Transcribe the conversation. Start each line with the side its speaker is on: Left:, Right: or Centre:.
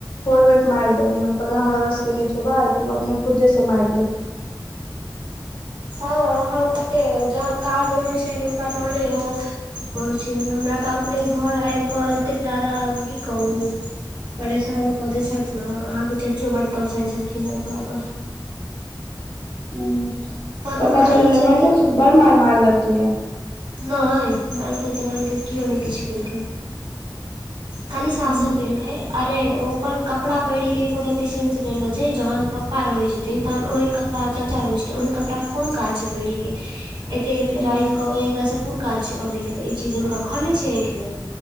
Left: फॉर्गेट मायर दिहि हम कहलै हमरा बसके नहि छौबा तू अपने खुदेसँ मारि ले
Right: हँ हम कहते जहन काज रहै छै तने ओ कहै छी हमरा तऽ अपने घर आबि कऽ एतेक जादा की कहू परेशान कऽ द छथि ने अहाँके चचो बड तमसाइत छलखिन हँ ओकरा पर
Left: ह
Right: पर
Left: पता
Right: हुनका
Left: चलल
Right: ई छै
Left: माररो
Right: जे
Left: ख बड़ मार मार लेलकै या
Right: नहि मालके तालके कओ नहि किछ केलकै खाली शासन
Left: हूँ
Right: केलकय अरे ओ कपड़ा पहिरे के एको रती सेचरी छै जहान पप्पा रहइ छै न तहन ओहन कपड़ा चचा रहे छै त ओहन कपड़ा के कोन काज छै पहिरे के ऐत ऐत
Left: हूँ
Right: राइत को ओ ए ओनकासँ कोन काज छै अबैके त ई चीज हुनका खलै छै आँखिमे